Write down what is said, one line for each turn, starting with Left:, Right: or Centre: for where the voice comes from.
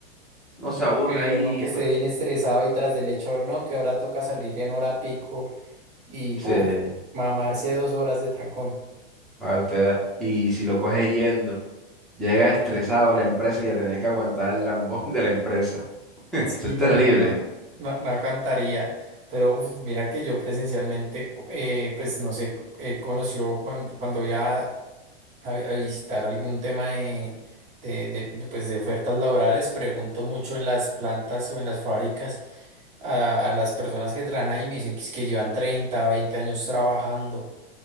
Centre: No
Right: Sí,
Centre: se
Right: porque
Centre: aburre ahí,
Right: uno que
Centre: pues
Right: esté bien estresado y tras del hecho, no, que ahora toca salir en hora pico y puf,
Centre: se
Right: mamarse dos horas de trancón.
Centre: para usted. Y si lo coge yendo, llega estresado a la empresa y a tener que aguantar el lambón <laughs> de la empresa. Eso
Right: Sí,
Centre: es
Right: no,
Centre: terrible.
Right: no, no, no, no aguantaría. Pero uf, mira que yo presencialmente, eh, pues no sé, eh, conoció cuando, cuando ya a, a visitar algún tema de, de, de- de, pues, de ofertas laborales, pregunto mucho en las plantas o en las fábricas a, a las personas que trabajan ahí, me dicen que, es que llevan 30 20 años trabajando